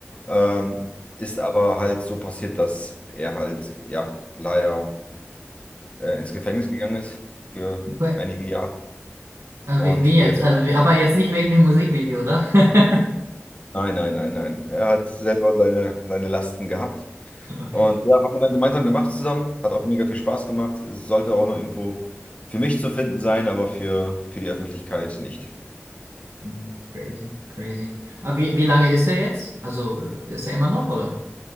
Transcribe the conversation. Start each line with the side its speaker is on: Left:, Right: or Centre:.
Left: Ähm, ist aber halt so passiert, dass er halt, ja, leider äh, ins Gefängnis gegangen ist für
Right: Okay.
Left: einige Jahre.
Right: Äh,
Left: Und
Right: wie, wie jetzt?
Left: wir,
Right: Äh, wie- aber jetzt nicht wegen dem Musikvideo, oder? <laughs>
Left: nein, nein, nein, nein. Er hat selber seine, seine Lasten gehabt.
Right: Okay.
Left: Und ja, haben wir dann gemeinsam gemacht zusammen. Hat auch mega viel Spaß gemacht. Es sollte auch noch irgendwo für mich zu finden sein, aber für, für die Öffentlichkeit nicht.
Right: Hm, Crazy, crazy. Aber wie, wie lange ist er jetzt? Also äh, ist er immer noch, oder?